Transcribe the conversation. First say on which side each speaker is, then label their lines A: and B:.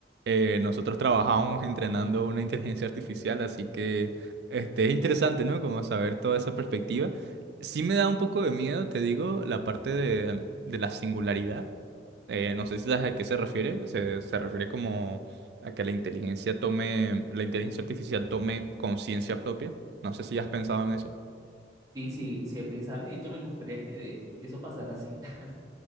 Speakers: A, on the right (about 65°); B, on the right (about 20°).
A: eh, nosotros trabajamos entrenando una inteligencia artificial, así que este, es interesante, ¿no? Como saber toda esa perspectiva. Sí me da un poco de miedo, te digo, la parte de, de la singularidad. Eh, no sé si sabes a qué se refiere. Se, se refiere como a que la inteligencia tome, la inteligencia artificial tome conciencia propia. No sé si has pensado en eso.
B: Sí, sí, sí he pensado y de hecho me gustaría que, que eso pasara así. <laughs>